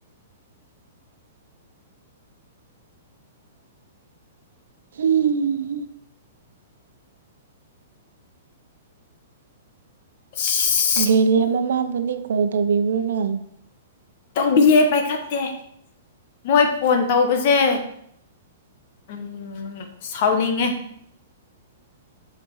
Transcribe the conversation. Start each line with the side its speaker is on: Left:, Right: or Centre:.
Right: ꯍꯨꯝ
Left: <inaudible>
Right: ꯒꯦꯂꯤꯌ ꯃꯃꯥꯕꯨꯗꯤ ꯀꯣꯜ ꯇꯧꯕꯤꯕ꯭ꯔꯣ ꯅꯪ
Left: ꯇꯧꯕꯤꯌꯦ ꯄꯥꯏꯈꯠꯇꯦ ꯃꯣꯏ ꯐꯣꯟ ꯇꯧꯕꯖꯦ ꯎꯝ ꯁꯥꯎꯅꯤꯡꯉꯦ